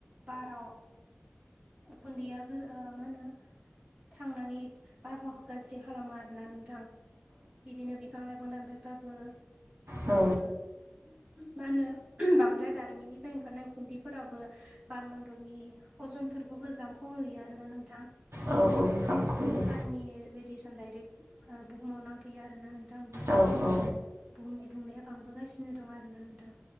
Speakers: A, on the right; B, on the right.
A: बाराव उखनदिया गो ओ मा होनो थांनानै बारहावाखौ गाज्रि खालामो आर रोना नोंथां बिदिनो बिफां लाइफां दानफायबाबो
B: औ।
A: ओ मा होनो बांद्राय दारिमिननिफ्राय ओंखारनाय उखुन्दैफोराबो बारमन्द'नि अजनथोरफ गोजामख' हैयो आरोना नोंथां। ओमफाय
B: औ औ जामखुयो
A: साननि रे-रेडियसन डायरेक्ट ओ बुहुमाव नांफैयो आरोना नों थां बिनि थाखायनो
B: औ औ
A: बुहुमनि दुंनाया बांबोगासिनो दं आरोना नोंथां।